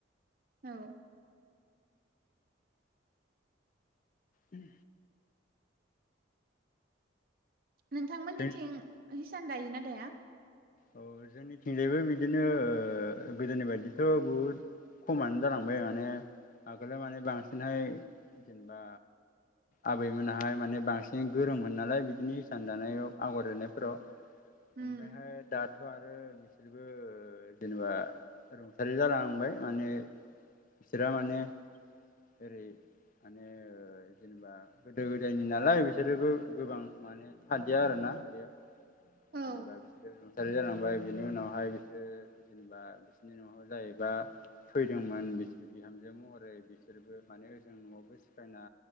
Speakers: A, on the right (about 45°); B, on the left (about 40°).
A: औ
B: उम
A: नोंथांमोननिथिं
B: जोंनिथिं
A: हिसान दायोना दाया?
B: औ जोंनिथिंजायबो बिदिनो ओ गोदोनि बायदिथ' बुहुद, खमानो जालांबाय माने आगोलाव माने बांसिनहै जेनेबा, आबैमोनाहाय माने बांसिन गोरोंमोन नालाय बिदिनो इसान दानायाव आगर एनायफोराव,
A: उम
B: ओमफ्रायहाय, थ' आरो बिसोरबो जेनेबा रुंसारि जालांबाय माने, बिसोरहा माने ओरै, माने जेनेबा गोदो गोदायनि नालाय बिसोरोबो गोबां माने थादया आरो ना। ना बेयाव
A: औ
B: जेनेबा बिसोरो <unintelligible> जालांबाय बिनि उनावहाय बिसोरो जेनेबा बिसोरनि न'आव जाहैबा फैदोंमोन बिसोर बिहामजो महरै बिसोरबो माने ओजों न'आवबो सिखायना